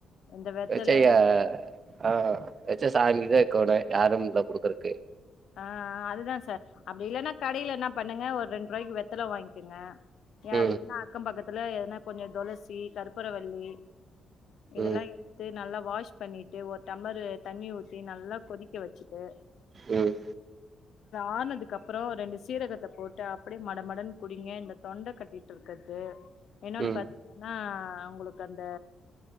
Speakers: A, on the left; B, on the right.
A: இந்த வெத்தல
B: வெச்சய ஆ சாங்கி <inaudible> யாரும் இல்ல கொடுக்குறக்கு
A: ஆ அதுதா சார் அப்டி இல்லன்னா கடையில என்ன பண்ணுங்க ஒரு ரெண்டு ரூபாய் வெத்தல வாங்கிக்கங்க யார்
B: ம்
A: வீட்டுனா அக்கம் பக்கத்து அதுல எதுனா கொஞ்சம் துளசி கருற்பற வல்லி இதெல்லாம்
B: ம்
A: எடுத்து நல்லா வாஷ் பண்ணிட்டு ஒரு டம்ளரு தண்ணி ஊத்தி நல்லா கொதிக்க வச்சுட்டு
B: ம்
A: ஆர்னதுக்கு அப்புறம் ரெண்டு சீரகத்தை போட்டு அப்டியே மடமடன்னு குடிங்க இந்த தொண்ட கட்டிட்டு இருக்கிறது இன்னொன்னு
B: ம்
A: பாத்தீங்கன்னா அவங்களுக்கு அந்த